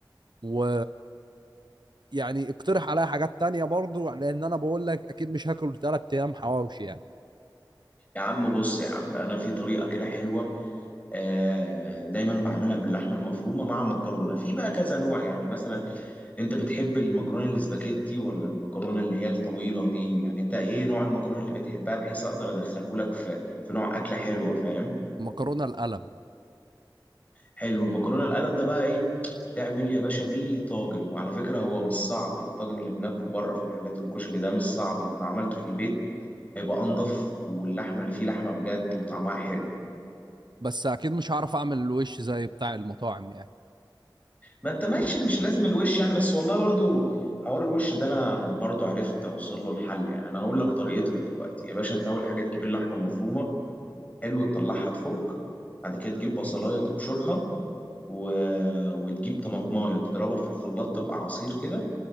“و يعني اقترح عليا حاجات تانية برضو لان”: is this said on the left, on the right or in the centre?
Right